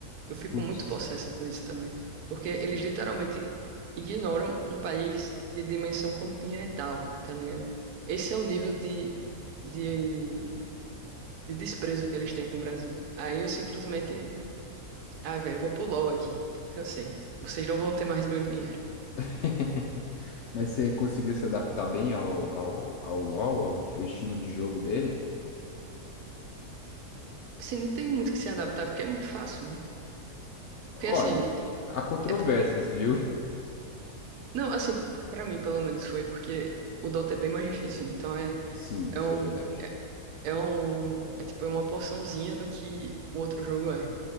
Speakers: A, on the right; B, on the left.
A: Eu fico
B: Putz,
A: muito possessa com isso também, porque eles
B: verdade.
A: literalmente ignoram um país de dimensão continental, tá ligado? Esse é o nível de, de, de desprezo que eles têm com o Brasil. Aí eu simplesmente, ah, velho, eu vou pro LoL aqui, cansei. Vocês não vão ter mais meu dinheiro.
B: <laughs> Mas você conseguiu se adaptar bem ao, ao, ao LoL, ao, ao estilo de jogo dele?
A: Assim, não tem muito que se adaptar, porque é muito fácil, né? Porque
B: Olha,
A: assim,
B: há controvérsias,
A: é... p-
B: viu?
A: não, assim, p- pra mim pelo menos foi, porque o Dota é bem mais difícil, então é,
B: Sim,
A: é
B: isso
A: um,
B: é verdade.
A: é um, é tipo é uma porçãozinha do que o outro jogo é.